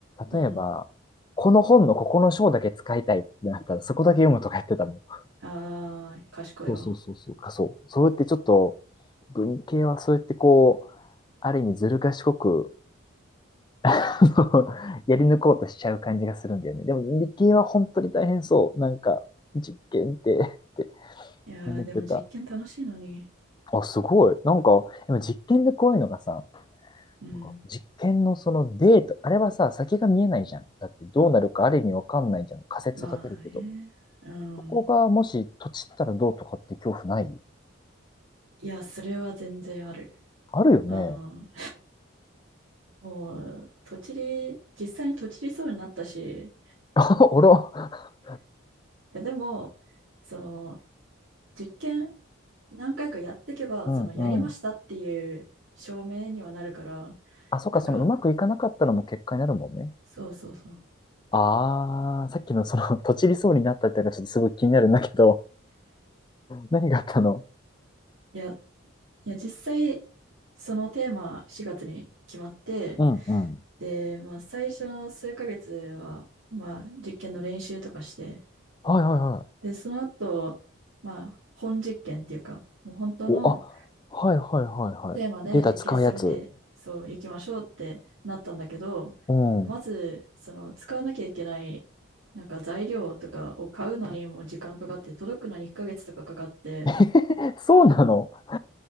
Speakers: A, on the right (about 70°); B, on the left (about 20°).
A: うん。
B: 例えば、この本のここの章だけ使いたいってなったら、そこだけ読むとか言ってたもん。
A: あー、賢いわ。
B: そうそうそうそう。か、そう。そうやってちょっと、文系はそうやってこう、ある意味ずる賢く <laughs>、やり抜こうとしちゃう感じがするんだよね。でも理系は本当に大変そう。なんか、実験って、って
A: いやー、
B: 思ってた。
A: でも実験楽しいのに。
B: あ、すごい。なんか、でも実験でこういうのがさ、
A: うん。
B: なんか実験のそのデータ、あれはさ、先が見えないじゃん。だってどうなるかある意味わかんないじゃん。仮説を立てるけど。
A: まあね。うん。
B: そこがもし、とちったらどうとかって恐怖ない
A: いや、それは全然ある。
B: あるよね。
A: あの、もう、とちり、実際にとちりそうになったし、
B: <laughs> あら。
A: いや、でも、その、実験何回かやっていけば、
B: うんうん。
A: その、やりましたっていう証明にはなるから、
B: あ、そっか、
A: なんか、
B: そのうまくいかなかったのも結果になるもんね。
A: そうそうそう。
B: あー、さっきのその、<laughs> とちりそうになったってのがちょっとすごい気になるんだけど、何があったの
A: いや、いや、実際、そのテーマ4月に決まって、
B: うんうん。
A: で、まあ、最初の数ヶ月は、まあ、実験の練習とかして、
B: はいはいは
A: で、その後、まあ、本実験っていうか、もう本当の
B: い。お、あ、はいはいはいはい。
A: テーマで実験進めて、
B: データ使うやつ。
A: そう、行きましょうってなったんだけど、
B: うん。
A: まず、その、使わなきゃいけない、なんか材料とかを買うのにも時間かかって、届くのに1ヶ月とかかかって、
B: <laughs> そうなの <laughs>